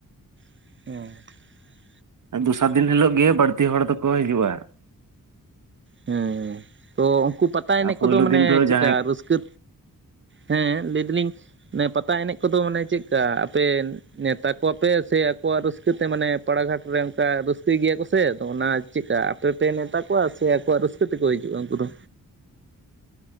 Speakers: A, on the right (about 35°); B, on the right (about 60°).
A: <inaudible>
B: ᱫᱚᱥᱟᱨ ᱫᱤᱱ ᱦᱤᱞᱳᱜ ᱜᱮ ᱵᱟᱹᱲᱛᱤ ᱦᱚᱲ ᱫᱚᱠᱚ ᱦᱤᱡᱩᱜᱼᱟ ᱾
A: ᱦᱮᱸ ᱛᱚ ᱩᱱᱠᱩ ᱯᱟᱛᱟ ᱮᱱᱮᱡ
B: ᱟᱨ ᱯᱳᱭᱞᱳ
A: ᱠᱚᱫᱚ ᱢᱟᱱᱮ
B: ᱫᱤᱱ ᱫᱚ
A: ᱪᱮᱜᱠᱟ
B: ᱡᱟᱦᱟᱸᱭ
A: ᱨᱟᱹᱥᱠᱟᱹ ᱦᱮᱸ ᱞᱟᱹᱭ ᱫᱟᱞᱤᱧ ᱚᱱᱮ ᱯᱟᱛᱟ ᱮᱱᱮᱡ ᱠᱚᱫᱚ ᱢᱟᱱᱮ ᱪᱮᱫᱠᱟ ᱟᱯᱮ ᱱᱮᱶᱛᱟ ᱠᱚᱣᱟᱯᱮ ᱥᱮ ᱟᱠᱚᱣᱟᱜ ᱨᱟᱹᱥᱠᱟᱹ ᱛᱮ ᱢᱟᱱᱮ ᱯᱟᱲᱟᱜᱷᱟᱴ ᱨᱮ ᱚᱱᱠᱟ ᱨᱟᱹᱥᱠᱟᱹᱭ ᱜᱮᱭᱟ ᱠᱚ ᱥᱮ ᱟᱫᱚ ᱚᱱᱟ ᱪᱮᱜᱠᱟ ᱟᱯᱮ ᱯᱮ ᱱᱮᱣᱛᱟ ᱠᱚᱣᱟ ᱥᱮ ᱟᱠᱚᱣᱟᱜ ᱨᱟᱹᱥᱠᱟᱹ ᱛᱮᱠᱚ ᱦᱤᱡᱩᱜᱼᱟ ᱩᱱᱠᱩ ᱫᱚ?